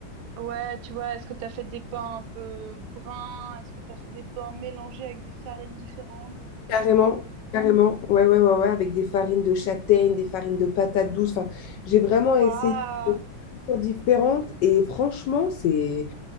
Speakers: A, on the right; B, on the left.
A: ouais, tu vois, est-ce que t'as fait des pains un peu bruns? Est-ce que t'as fait des pains mélangés avec des farines différentes, des trucs
B: carrément,
A: comme ça? ou-
B: carrément, ouais, ouais, ouais, ouais, avec des farines de châtaigne, des farines de patates douces, enfin, j'ai vraiment essayé
A: Waouh!
B: des choses différentes et franchement, c'est.